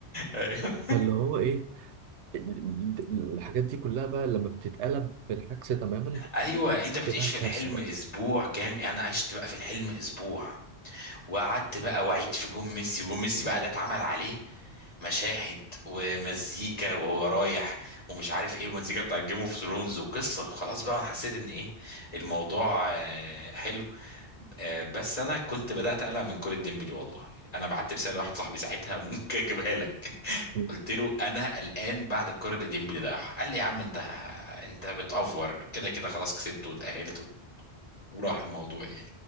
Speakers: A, on the left; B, on the right.
A: ايوه
B: فاللي هو ايه ال- ال- الحاجات دي كلها بقى لما بتتقلب بالعكس تماما
A: ايوه انت بتعيش
B: تبقى
A: في
B: كارثه
A: الحلم
B: بقى
A: اسبوع كام يعني انا عشت بقى في الحلم اسبوع وقعدت بقى واعيد في جون ميسي وجون ميسي بقى ده اتعمل عليه مشاهد ومزيكا وهو رايح ومش عارف ايه ومزيكا بتاع جيم اوف ثرونز وقصه وخلاص بقى انا حسيت ان ايه الموضوع آه، حلو آه، بس انا كنت بدات اقلق من كرة ديمبلي والله انا بعت رساله لواحد صاحبي ساعتها <laughs> ممكن اجيبها لك
B: مم.
A: قلت له انا قلقان بعد الكرة اللي ديمبلي ضيعها قال لي يا عم انت انت بتأفور كده كده خلاص كسبته وتأهلته وراح الموضوع يعني